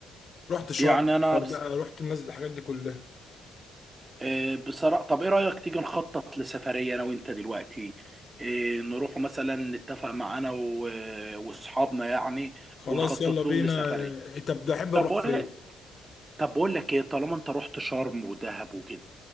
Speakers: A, on the left; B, on the right.
A: رحت شرم
B: يعني أنا
A: الغردقة
B: بص...
A: رحت الناس الحاجات دي كلها
B: آه، بصراحة طب إيه رأيك تيجي نخطط لسفرية أنا وأنت دلوقتي إيه نروح مثلا نتفق مع أنا و... وأصحابنا يعني
A: خلاص
B: ونخطط
A: يلا بينا
B: لهم لسفرية
A: إيه، طب ده احب
B: طب
A: نروح
B: بقول
A: فين
B: لك طب بقول لك إيه طالما أنت رحت شرم ودهب وكده